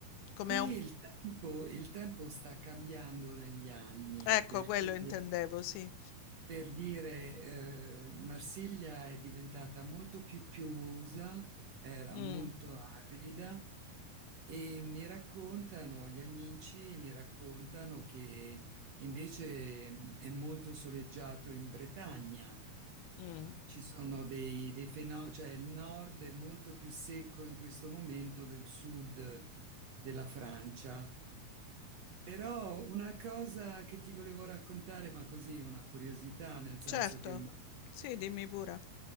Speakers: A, on the left; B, on the right.
A: Com'è
B: qui
A: un
B: il tempo, il tempo sta cambiando negli anni
A: ecco
B: perché
A: quello intendevo, sì.
B: Per dire, eh, Marsiglia è diventata molto più piovosa, era
A: Mh.
B: molto arida e mi raccontano gli amici, mi raccontano che invece mh, è molto soleggiato in Bretagna.
A: Mh.
B: Ci sono dei, dei fenomeni, cioè il nord è molto più secco in questo momento del sud della Francia però una cosa che ti volevo raccontare, ma così una curiosità, nel senso
A: Certo.
B: che mi
A: Sì, dimmi pure.